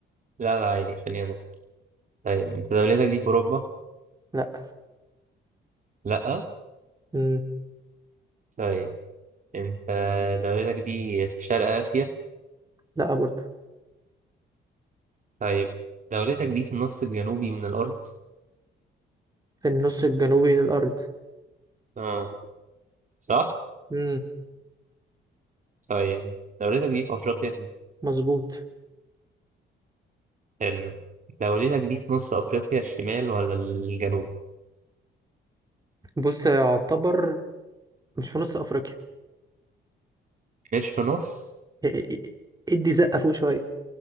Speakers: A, on the right (about 40°); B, on the right (about 20°).
A: لا لا عادي خلينا نسأل طيب أنت دولتك دي في أوروبا؟
B: لا
A: لأ
B: مم.
A: طيب أنت دولتك دي في شرق آسيا؟
B: لا برضه
A: طيب دولتك دي في النص الجنوبي من الأرض؟
B: في النص الجنوبي من الارض
A: آه صح؟
B: مم.
A: طيب دولتك دي في أفريقيا؟
B: مظبوط
A: حلو دولتك دي في نص أفريقيا الشمال ولا الجنوب؟
B: بص يعتبر مش في نص افريقيا
A: مش في نص؟
B: إيه- إيه- إيه. ادي زقه فوق شويه